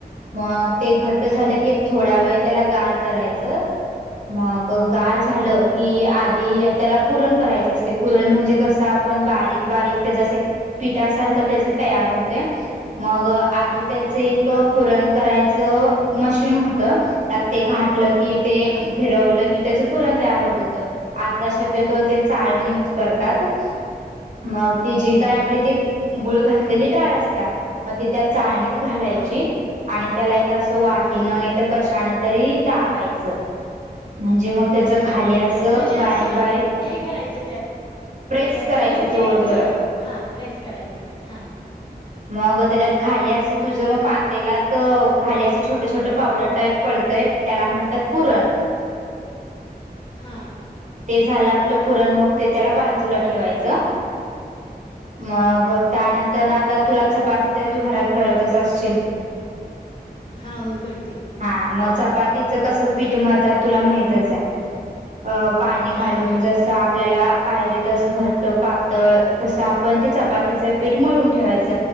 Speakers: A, on the right; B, on the left.
A: मग ते घट्ट झालं
B: हा
A: की एक थोडा वेळ त्याला गार करायचं, मग अ गार झालं
B: हम्म
A: की आदी त्याला पुरण करायचं असतय पुरण म्हणजे कसं आपण बारीक बारीक त्याच अस एक. पिठासारखं त्याच तयार होत. ते मग अ आधी त्याच
B: हा
A: एक पुरण करायचं अ मशीन होत. त्यात ते घाटलं की ते,
B: हा
A: फिरवलं की त्याच पुरण तयार होत होत आता शक्यतो ते चाळण
B: हा
A: यूज करतात. मग ती जी
B: हम्म
A: काय आपली अ ती गुळ घातलेली डाळ असत्या मग ती त्यात चाळणीच घालायची
B: हा
A: आणि त्याला एक अस वाटीन
B: हा
A: नाहीतर कशाने तरी दाब पायच. म्हणजे मग त्याच
B: हम्म
A: खाली असं
B: म्हणजे
A: बारीक,
B: असं
A: बारीक
B: हे करायचं त्यात
A: प्रेस
B: अ
A: करायचं
B: घालून
A: जोर
B: ते अस
A: जोरात
B: हा प्रेस कराय हा.
A: मग त्याच्यात खाली असं तुझं मग पातेलात अ तर खाली असं छोटं छोटं पावडर, टाईप पडतय त्याला म्हणतात पुरण,
B: हा
A: ते झालं आपलं पुरण मग ते त्याला बाजू जूला ठेवायच
B: हा
A: मग त्यानंतर तर ना आता तुला चपाती तर तू घरात करतच असचील.
B: हा होय करते
A: हा मग चपातीत कसं पीठ मळतात ते तुला माहीतच आहे. अ पाणी घालून
B: हा होय
A: जस आपल्याला पाहिजे तसं घट्ट पातळ तसं आपण ते, चपातीच पीठ मळून ठेवायच